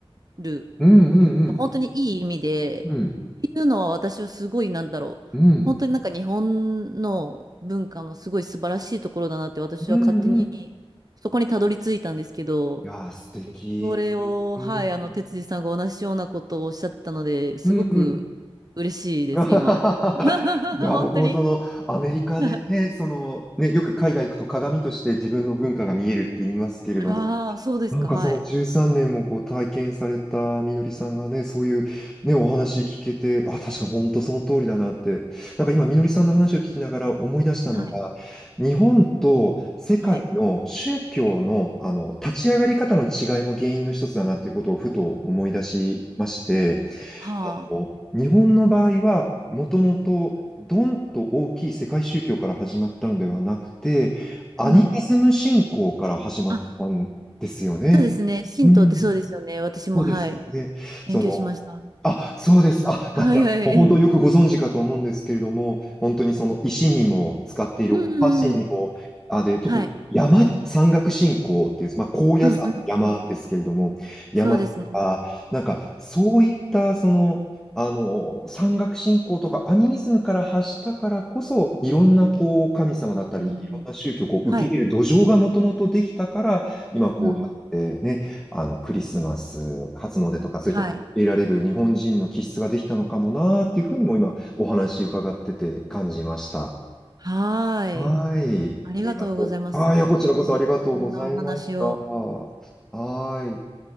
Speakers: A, on the right; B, in the centre.
A: る
B: うん。うん。
A: 本当にいい意味で、
B: うん。うん。
A: っていうのは私はすごいなんだろう。
B: うん。
A: 本当になんか日本の文化のすごい素晴らしいところだなって私は勝手にそこにたどり着いたんですけど、
B: うん。うん。いやー、素敵。
A: それを、
B: うん。
A: はい、あの、哲司さんが同じようなことをおっしゃったので、すごく嬉しいです、
B: うん。うん。<laughs>
A: 今。<laughs>
B: いや、
A: 本当に。
B: 僕もその、アメリカでね、
A: <laughs>
B: その、ね、よく海外行くと鏡として自分の文化が見えるって言いますけれども、
A: ああ、そうですか、
B: なんかその13年もこう体験されたみのりさんがね、
A: はい。
B: そういうね、お話聞けて、あ、確かに本当その通りだなって。なんか今みのりさんの話を聞きながら思い出したのが、
A: はい。
B: 日本と世界の宗教のあの立ち上がり方の違いも原因の一つだなっていうことをふと思い出しまして、
A: はい。はあ。
B: あの日本の場合はもともとドンと大きい世界宗教から始まったのではなくて、アニミズム信仰から始まったんですよね。
A: うん。あ、そうですね。神道ってそうですよね。
B: うん、
A: 私も、
B: そうですよね。
A: はい。勉強しました。
B: その、あ、そうです。あ、
A: はいはい。
B: だったら、もう本当よくご存知かと思うんですけれども、本当にその石にも使っているお箸にも、
A: うんうん。
B: あ、で、特に山、
A: はい。
B: 山岳信仰っていう、まあ、高野山、
A: うんうんうん。
B: 山ですけれども、山とか、
A: そうですね。
B: なんか、そういった、その、あの、山岳信仰とかアニミズムから発したからこそ、いろんな、こう、神様だったり、
A: うん。
B: いろんな宗教をこう受け入れる土壌がもともとできたから、
A: はい。
B: 今こうやってね、
A: うんうん。
B: あの、クリスマス、初詣とかそういった得られる日本人の気質ができたのかもなーっていうふうにも今お話伺ってて感じました。
A: はい。はーい。
B: はい。
A: ありがとうございます。
B: ありがとう。ああ、いや、こちらこそありがとうございました。
A: はい貴重なお話を。
B: はーい。